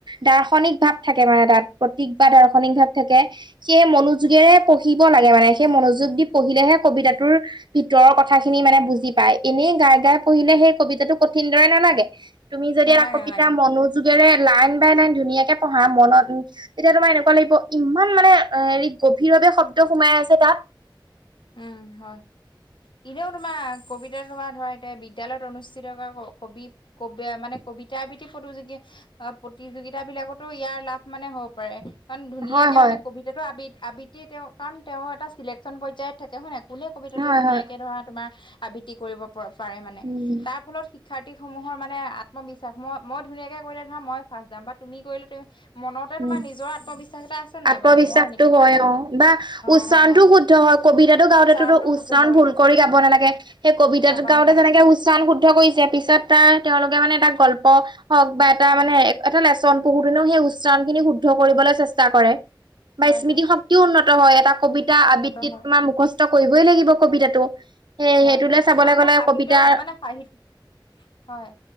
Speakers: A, on the right (about 65°); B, on the left (about 70°).
A: দাৰ্শনিক ভাৱ থাকে মানে তাত, প্ৰতিক বা দাৰ্শনিক ভাৱ থাকে সেই মনো যোগেৰে পঢ়িব লাগে, মানে সেই মনোযোগ দি পঢ়িলেহে কবিতাটোৰ ভিতৰৰ কথা খিনি মানে বুজি পায়, এনেই গাই গাই পঢ়িলে সেই কবিতাটো কঠিন দৰে নালাগে। তুমি যদি
B: নালাগে
A: এটা কবিতা
B: নালাগে
A: মনোযোগেৰে লাইন বাই লাইন ধুনীয়াকে পঢ়া, মনত উ তেতিয়া তোমাৰ এনেকুৱা লাগিব, ইমান মানে হেৰি গভীৰভাৱে শব্দ সোমাই আছে তাত।
B: উম, হয়। এনেও তোমাৰ কবিতা তোমাৰ ধৰা, এতিয়া বিদ্যয়ালয়ত অনুষ্ঠিত কবি কবি মানে কবিতা আবৃতি প্ৰতিযোগী অ', প্ৰতিযোগিতা বিলাকতো ইয়াৰ লাভ মানে হ'ব পাৰে। কাৰণ ধুনীয়াকে
A: হয় হয়
B: মানে কবিতাটো আব-আবৃতি তেওঁ, কাৰণ তেওঁৰ এটা চিলেকশ্যন পৰ্যায়ত থাকে হয় নহ। কোনে কবিতাটো
A: হয়
B: ধুনীয়াকে
A: হয়
B: ধৰা, তোমাৰ আবৃত্তি কৰিব। পাৰে মানে,
A: উম
B: তাৰ ফলত শিক্ষাৰ্থী সমূহৰ মানে আত্মবিশ্বাস, মই মই ধুনীয়াকে কৰিলে ধৰা মই ফাৰ্ষ্ট যাম বা তুমি কৰিলে মনতে
A: উম
B: তোমাৰ নিজৰ আত্মবিশ্বাস এটা আছে নাই,
A: আত্মবিশ্বাসটো
B: বা মই এনেকে
A: হয়
B: কাম
A: অ বা
B: অ'
A: উচ্চাৰণটো
B: হয়।
A: শুদ্ধ হয়, কবিতাটো গাওঁতেটো
B: উচ্চাৰণটো
A: উচ্চাৰণ
B: শুদ্ধ হয়
A: ভুল কৰি গাব নালাগে, সেই কবিতা
B: গাব
A: গাওঁতে
B: নালাগে
A: যেনেকে উচ্চাৰণ শুদ্ধ কৰিছে, পিছত তাৰ তেওঁলোকে মানে এটা গল্প হওক বা এটা মানে এটা লেচন বহুদিনেও সেই উচ্চাৰণ খিনি শুদ্ধ কৰিবলৈ চেষ্টা কৰে। বা
B: হয়
A: স্মৃতি
B: হয়
A: শক্তিও উন্নত হয়, এটা কবিতা
B: উন্নত
A: আবৃত্তিত
B: হয়
A: তোমাৰ মুখস্থ কৰিবই লাগিব কবিতাটো। সেই
B: হয়,
A: সেইটোলে
B: হয়,
A: চাবলৈ
B: আৰু তোমাৰ
A: গ'লে
B: সাহিত্য
A: কবিতাৰ
B: মানে সাহিত হয়